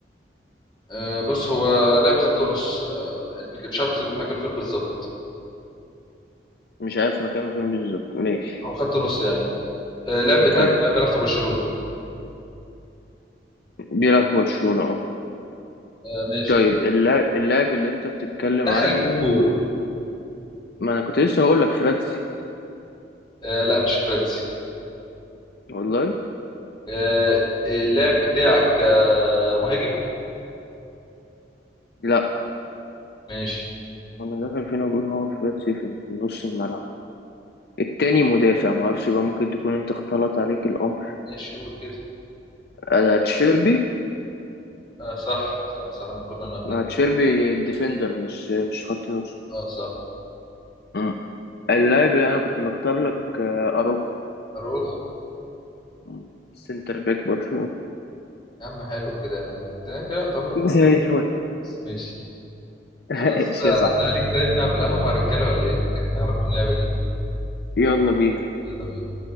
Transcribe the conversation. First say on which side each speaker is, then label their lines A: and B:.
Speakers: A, on the left; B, on the left.
A: آه، بص هو لاعب خط نص آه، مش عارف مكانه فين بالظبط
B: مش عارف مكانه فين بالظبط ماشي
A: هو خط نص يعني آه، اللاعب بتاعك
B: طيب
A: بيلعب في برشلونة
B: بيلعب في برشلونة اه
A: آه، ماشي
B: طيب اللاعب اللاعب اللي انت بتتكلم
A: دخل
B: عنه
A: فيكم جول
B: ما انا كنت لسه هقول لك فراتسي
A: آه، لا مش فراتسي
B: والله
A: آه، اللاعب بتاعك آه، مهاجم
B: لا
A: ماشي
B: انا داخل فينا بقول هو فراتسي في في نص الملعب التاني مدافع ما اعرفش بقى ممكن تكون انت اختلط عليك الامر
A: ماشي قول كده
B: انا تشيربي
A: آه صح صح صح ممكن انا اغلط
B: ما تشيربي ديفندر مش مش خط نص
A: اه صح
B: مم. اللاعب اللي انا كنت مختار لك آه، اروخو
A: اروح
B: مم. سنتر باك برشلونة
A: يا عم حلو كده يا عم ده كده يعتبر
B: زي الفل
A: ماشي خلاص
B: <laughs> ايش
A: آه،
B: يا صاحبي
A: عدى عليك طيب نلعب في القهوة مع الرجالة ولا ايه نعرفهم اللعبة دي
B: يلا بينا
A: يلا بينا